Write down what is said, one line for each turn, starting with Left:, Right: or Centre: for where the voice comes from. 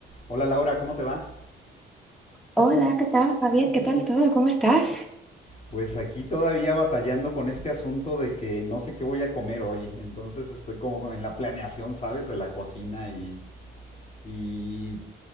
Left: Hola Laura, ¿cómo te va?
Centre: Hola, ¿qué tal, Javier? ¿Qué tal todo? ¿Cómo estás?
Left: Pues aquí todavía batallando con este asunto de que no sé qué voy a comer hoy, entonces estoy como en la planeación, ¿sabes? De la cocina y, y